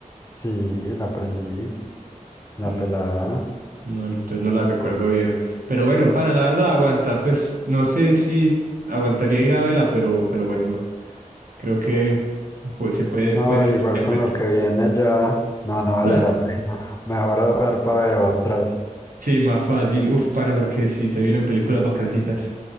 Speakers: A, on the left; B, on the right.
A: sí, la aprendí. La
B: Mm,
A: pelada.
B: No, entonces no la recuerdo bien. Pero bueno, pana la verdad aguanta. Pues no sé si aguantaría ir a vela, pero, pero bueno, creo que pues, se puede,
A: No,
B: puede
A: igual
B: tomar
A: con
B: en cuenta.
A: lo que viene ya, no, no
B: <laughs>
A: vale la pena. Mejor ahorrar para ver otras.
B: Sí, más fácil. Uf, pana, porque si se vienen películas bacancitas.